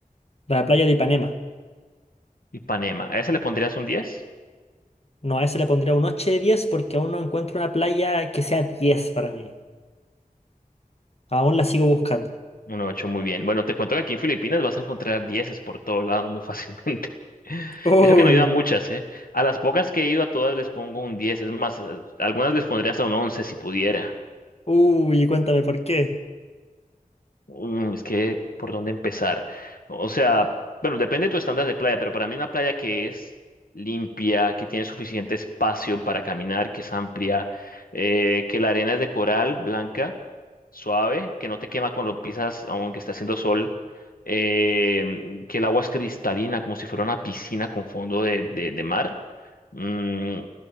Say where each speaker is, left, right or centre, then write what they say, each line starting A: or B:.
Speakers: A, on the left; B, on the left.
A: La playa de Ipanema.
B: Ipanema. ¿A esa le pondrías un diez
A: No, a ese le pondría un 8 de diez porque aún no encuentro una playa que sea 10 para mí. Aún la sigo buscando.
B: Un ocho muy bien. Bueno, te cuento que aquí en Filipinas vas a encontrar dieces por todo lado muy fácilmente. <laughs>
A: Uy,
B: Y eso que no he ido a muchas, ¿eh? A las pocas que he ido a todas les pongo un diez Es más, a- algunas les pondría hasta un once si pudiera.
A: uy, cuéntame por qué.
B: Mm, es que, ¿por dónde empezar? O sea, bueno, depende de tu estándar de playa, pero para mí una playa que es limpia, que tiene suficiente espacio para caminar, que es amplia, eh, que la arena es de coral blanca suave, que no te quema cuando pisas, aunque está haciendo sol, eh, que el agua es cristalina, como si fuera una piscina con fondo de, de- de mar. Mm,